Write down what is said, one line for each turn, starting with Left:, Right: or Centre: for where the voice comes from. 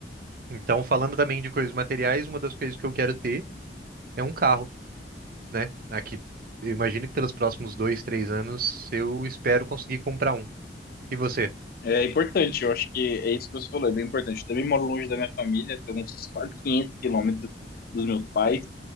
Right: Então, falando também de coisas materiais, uma das coisas que eu quero ter é um carro, né? Aqui, eu imagino que pelos próximos dois, três anos, eu espero conseguir comprar um. E você?
Left: É importante, eu acho que é isso que você falou, é bem importante. Eu também moro longe da minha família, tenho uns quase 500 quilômetros dos meus pais,